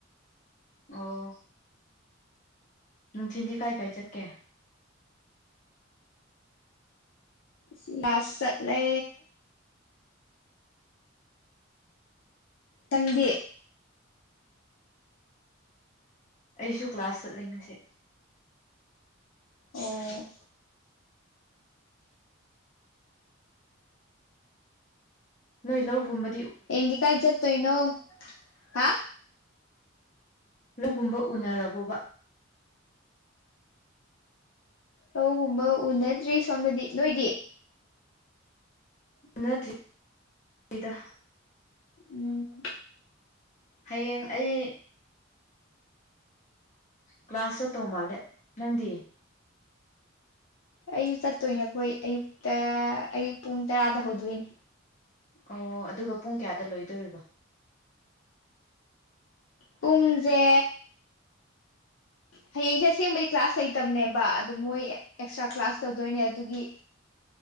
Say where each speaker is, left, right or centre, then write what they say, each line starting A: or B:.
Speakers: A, on the left (about 35°); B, on the left (about 70°).
A: ꯑꯣ ꯅꯨꯡ ꯊꯤꯟꯗꯤ ꯀꯥꯏ ꯀꯥꯏ ꯆꯠꯀ‌ꯦ
B: ꯁꯤ ꯀ꯭ꯂꯥꯁ ꯆꯠꯂꯦ ꯅꯪꯗꯤ
A: ꯑꯩꯁꯨ ꯀ꯭ꯂꯥꯁ ꯆꯠꯂ‌ꯦꯉꯁꯦ
B: ꯑꯣ
A: ꯅꯣꯏ ꯂꯧꯒꯨꯝꯕ
B: ꯍꯥꯌꯦꯡꯗꯤ ꯀꯥꯏ ꯆꯠꯇꯣꯏꯅꯣ ꯍꯥ
A: ꯂꯧꯒꯨꯝꯕ ꯎꯅꯔꯕꯣꯕ
B: ꯂꯧꯒꯨꯝꯕ ꯎꯅꯗ꯭ꯔꯤ ꯁꯣꯝꯅꯗꯤ ꯅꯣꯏꯗꯤ
A: ꯎꯅꯗꯔꯤꯗꯥ
B: ꯎꯝ
A: ꯍꯌꯦꯡ ꯑꯩ ꯀ꯭ꯂꯥꯁ ꯆꯠꯇꯧ ꯃꯥꯜꯂꯦ ꯅꯪꯗꯤ
B: ꯑꯩꯁꯨ ꯆꯠꯇꯣꯏꯅ‌ꯦ ꯑꯩꯈꯣꯏ ꯑꯌꯨꯛꯇ ꯑꯌꯨꯛ ꯄꯨꯡ ꯇꯔꯥꯗ ꯍꯧꯗꯣꯏꯅꯤ
A: ꯑꯣ ꯑꯗꯨꯒ ꯄꯨꯡ ꯀꯌꯥꯗ ꯂꯣꯏꯗꯣꯔꯤꯕꯣ
B: ꯄꯨꯡꯖꯦ ꯍꯌꯦꯡꯁꯦ ꯑꯁꯦꯡꯕꯗꯤ ꯀ꯭ꯂꯥꯁ ꯂꯩꯇꯕꯅꯦꯕ ꯑꯗꯨ ꯃꯣꯏ ꯑꯦꯛꯁꯇ꯭ꯔꯥ ꯀ꯭ꯂꯥꯁ ꯇꯧꯗꯣꯏꯅꯦ ꯑꯗꯨꯒꯤ